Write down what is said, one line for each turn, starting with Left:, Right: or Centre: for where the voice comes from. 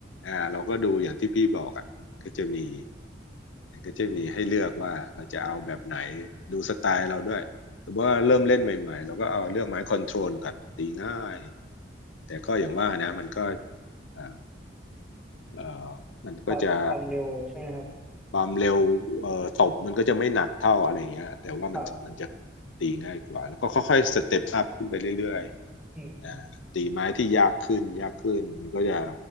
Left: อ่าเราก็ดูอย่างที่พี่บอกอ่ะก็จะมี มันก็จะมีให้เลือกว่าเราจะเอาแบบไหนดูสไตล์เราด้วยแต่ว่าเริ่มเล่นใหม่ๆเราก็เอาเลือกไม้คอนโทรลก่อนตีง่ายแต่ก็อย่างว่านะมันก็เอ่อเอ่อมันก็จะ
Centre: ความความเร็วใช่ไหมครับ
Left: ความเร็วเอ่อตบมันก็จะไม่หนักเท่าอะไรเงี้ยแต่ว่ามันมันจะ
Centre: ครับ
Left: ตีง่ายกว่าแล้วก็ค่อยๆสเต็ปอัพขึ้นไปเรื่อยๆอ่าตีไม้ที่ยากขึ้นยากขึ้นมันก็จะ
Centre: อืม